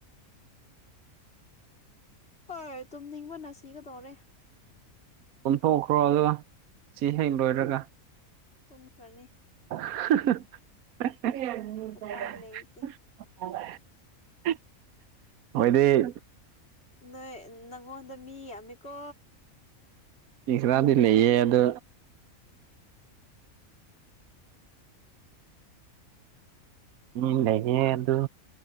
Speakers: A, on the left (about 45°); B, on the right (about 80°).
A: ꯍꯣꯏ ꯇꯨꯝꯅꯤꯡꯕꯅ ꯁꯤꯒꯗꯧꯔꯦ
B: ꯇꯨꯝꯊꯣꯛꯈ꯭ꯔꯣ ꯑꯗꯨꯒ ꯁꯤ ꯍꯦꯛ ꯂꯣꯏꯔꯒ
A: ꯇꯨꯝꯈ꯭ꯔꯅꯤ
B: <unintelligible> <unintelligible> <unintelligible> <unintelligible>
A: ꯎꯄꯥꯏ ꯂꯩꯇꯦ
B: ꯃꯣꯏꯗꯤ
A: ꯅꯣꯏ ꯅꯪꯉꯣꯅꯗ ꯃꯤ ꯌꯥꯃꯦꯀꯣ
B: ꯃꯤ ꯈꯔꯥꯗꯤ ꯂꯩꯌꯦ ꯑꯗꯣ ꯎꯝ ꯂꯩꯍꯦ ꯑꯗꯨ